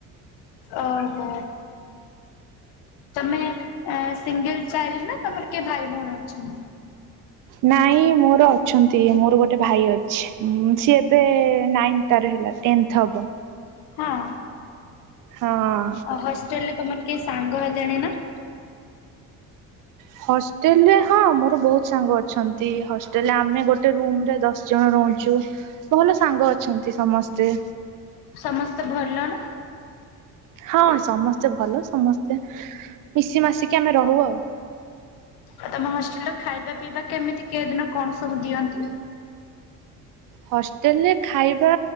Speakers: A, on the left; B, on the right.
A: ଓହୋ। ତମେ ସିଙ୍ଗଲ ଚାଇଲ୍ଡ ନା ତମର କିଏ ଭାଇ ଭଉଣୀ ଅଛନ୍ତି?
B: ନାଇଁ ମୋର ଅଛନ୍ତି ମୋର ଗୋଟେ ଭାଇ ଅଛି ସିଏ ଏବେ ନାଇଁନ୍ ତାର ହେଲା ଟେନ୍ଥ ହବ।
A: ହଁ।
B: ହଁ।
A: ଆଉ ହଷ୍ଟେଲ ରେ ତମର କିଏ ସାଙ୍ଗ ହେଲେଣି ନା?
B: ହଷ୍ଟେଲ ରେ ହଁ ମୋର ବହୁତ ସାଙ୍ଗ ଅଛନ୍ତି ହଷ୍ଟେଲରେ ଆମେ ଗୋ ଟେ ରୁମ ରେ ଦଶ ଜଣ ରହୁଚୁ ଭଲ ସାଙ୍ଗ ଅଛନ୍ତି ସମସ୍ତେ।
A: ସମସ୍ତେ ଭଲ ନା?
B: ହଁ ସମସ୍ତେ ଭଲ ସମସ୍ତେ ମିଶି ମାସିକି ଆମେ ରହୁ ଆଉ।
A: ଆଉ ତମ ହଷ୍ଟେଲ ର ଖାଇବା ପିଇବା କେମିତି କେ ଦିନ କଣ ସବୁ ଦିଅନ୍ତି?
B: ହଷ୍ଟେଲରେ ଖାଇବା